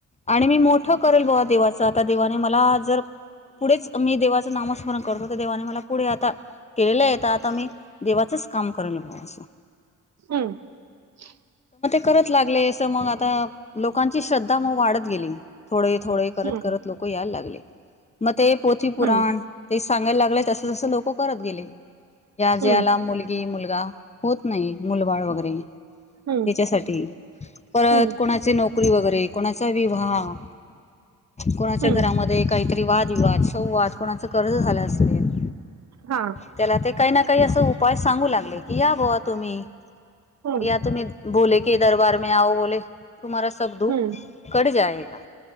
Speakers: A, on the left; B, on the right.
A: आणि मी मोठं करेल बुवा देवाच आता देवाने मला जर पुढेच मी देवाचं नामस्मरण करतो तर देवाने मला पुढे आता केलेलं ये. तर आता मी देवाचच काम करून असो
B: हम्म हम्म. <inaudible>
A: करत लागले असं मग आता लोकांची श्रद्धा मग वाढत गेली थोडे थोडे करत
B: हम्म
A: करत लोक यायला लागले मग ते पोथी पुुराण
B: हम्म
A: ते सांगायला लागले तस जसं लोक करत गेले या ज्याला
B: हम्म
A: मुलगी मुलगा होत नाही मुलबाळ वगैरे
B: हम्म
A: त्याच्यासाठी परत
B: हम्म
A: कोणाचे नोकरी वगैरे कोणा चा विवाह कोणाच्या
B: हम्म
A: घरामध्ये काहीतरी वादविवाद वाद कोणाच कर्ज झालं असेल
B: हा.
A: त्याला ते काही ना काही असं उपाय सांगू लागले की या बोवा तुम्ही
B: हम्म
A: या तुम्ही बोले के दरबार मे आव बोले तुम्हाला सब दुख
B: हम्म
A: कट जायगा